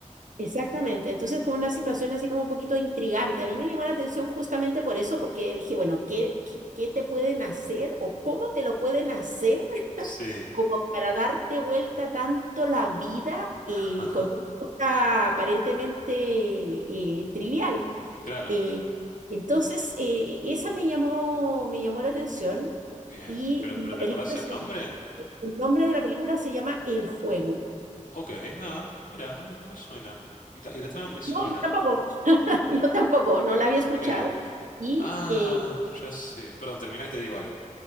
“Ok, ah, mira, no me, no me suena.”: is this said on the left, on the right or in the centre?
Left